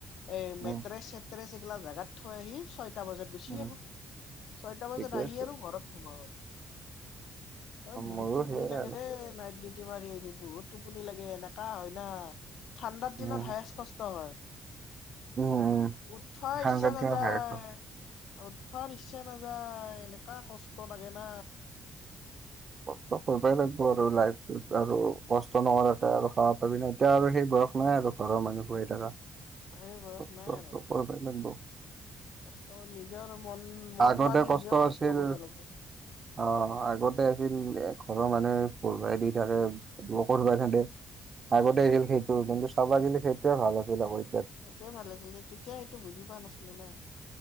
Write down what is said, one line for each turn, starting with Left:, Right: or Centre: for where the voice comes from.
Left: এ
Right: উম
Left: মেট্ৰে চেট্ৰেচ এই গিলা জাগাত থৈ আহি। টা বজাত গইছে
Right: উম
Left: আৰু ছয়টা বজাত
Right: ঠিকে
Left: আহি
Right: আছে
Left: আৰু ঘৰত সোমাও আৰু অ বহুত
Right: মোৰো
Left: টোপনি
Right: সেইয়াই
Left: লাগে
Right: আৰু
Left: দেই নাইট ডিউটি মাৰি হেৰি বহুত টোপনি লাগে এনেকা হয় না ঠাণ্ডা
Right: উম
Left: দিনত হায়চ কষ্ট হয়।
Right: উম উম
Left: উঠা
Right: সাংঘাতিক
Left: ইচ্ছা নাযায়
Right: ভাইৰাছ
Left: আৰু ইচা নাযায় এনেকা কষ্ট লাগে না।
Right: অ কষ্ট কৰিবই লাগব আৰু লাইফটো আৰু কষ্ট নহলেতো আৰু খাবা পাবি ন এতিয়া আৰু সেই বয়স নাই আৰু। ঘৰৰ মানুহ পৰি থাকা
Left: সেই বয়স
Right: কষ্ট
Left: নাই আৰু
Right: কৰিব লাগিব।
Left: কষ্ট নিজৰ মন মন
Right: আগতে
Left: মাৰি হলেও
Right: আছিল
Left: কষ্ট কৰিব লাগিব।
Right: অ আগতে ছিল ঘৰৰ মানুহে পঢাই দি থাকে লগ কা খেদে। আগতে
Left: নকৰো।
Right: আছিল সেইটো কিন্তু চব আহিলে সেইটোৱে ভাল আছিল আ
Left: সেইটোৱে ভাল আছিল তেতিয়া সেইটো বুজি পোৱা নাছিলো না।